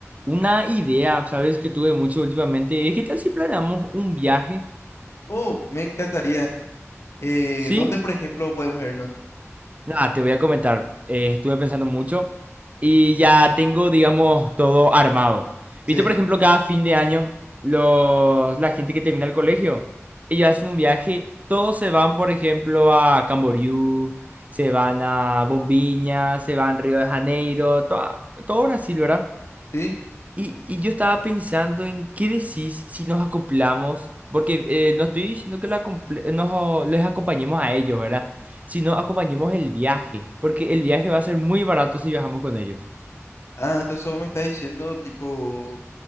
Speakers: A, on the right; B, on the left.
A: Una idea, ¿sabes? Que tuve mucho últimamente. Es que tal si planeamos un viaje,
B: Oh, me encantaría. Eh,
A: ¿sí?
B: ¿dónde, por ejemplo, podemos irnos?
A: Nada, te voy a comentar. eh, estuve pensando mucho y ya tengo, digamos, todo armado.
B: Sí,
A: Viste, por ejemplo, cada fin de año, los, la gente que termina el colegio, ellos hacen un viaje, todos se van, por ejemplo, a Camboriú, se van a Bombiña, se van a Río de Janeiro, toda- todo Brasil, ¿verdad?
B: sí.
A: Y, y yo estaba pensando en qué decís si nos acoplamos, porque eh, no estoy diciendo que la comple- nos, les acompañemos a ellos, ¿verdad? Sino acompañemos el viaje, porque el viaje va a ser muy barato si viajamos con ellos.
B: Ah, entonces vos me estás diciendo, tipo,